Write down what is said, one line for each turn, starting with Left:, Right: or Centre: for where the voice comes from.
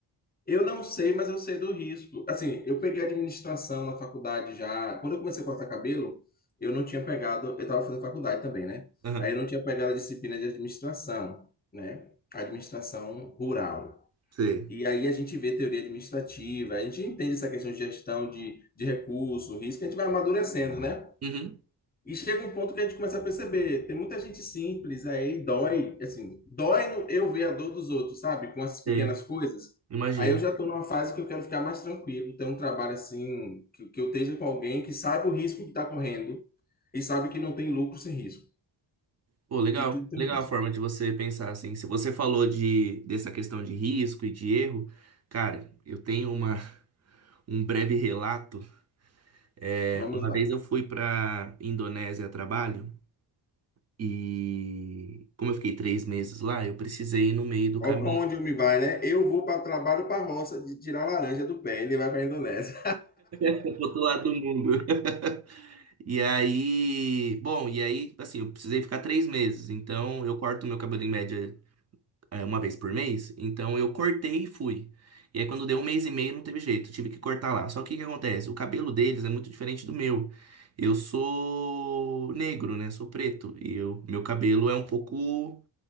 Left: Eu não sei, mas eu sei do risco. Assim, eu peguei administração na faculdade já. Quando eu comecei a cortar cabelo, eu não tinha pegado. Eu estava fazendo faculdade também, né?
Right: Aham.
Left: Aí eu não tinha pegado a disciplina de administração, né? Administração rural.
Right: Sei.
Left: E aí a gente vê teoria administrativa, a gente entende essa questão de gestão de, de recurso, risco, a gente vai amadurecendo, né?
Right: Uhum.
Left: E chega um ponto que a gente começa a perceber, tem muita gente simples aí, dói, assim, dói no eu ver a dor dos outros, sabe? Com essas pequenas
Right: Sei.
Left: coisas.
Right: Imagino.
Left: Aí eu já estou numa fase que eu quero ficar mais tranquilo, ter um trabalho assim, que, que eu esteja com alguém que saiba o risco que está correndo e sabe que não tem lucro sem risco,
Right: Pô, legal.
Left: que tudo tem
Right: Legal
Left: um risco.
Right: a forma de você pensar, assim. Se você falou de, dessa questão de risco e de erro, cara, eu tenho uma, <laughs> um breve relato. É,
Left: Vamos
Right: uma
Left: lá.
Right: vez eu fui pra Indonésia a trabalho e, como eu fiquei três meses lá, eu precisei ir no meio do
Left: Olha
Right: caminho
Left: para onde eu me vai, né? Eu vou para trabalho para roça de tirar laranja do pé, ele vai para a Indonésia.
Right: pro outro lado do mundo. <laughs> E aí, bom, e aí, assim, eu precisei ficar três meses. Então, eu corto meu cabelo em média é, uma vez por mês. Então, eu cortei e fui. E aí, quando deu um mês e meio, não teve jeito, tive que cortar lá. Só que o que acontece? O cabelo deles é muito diferente do meu. Eu sou negro, né? Sou preto. E eu, meu cabelo é um pouco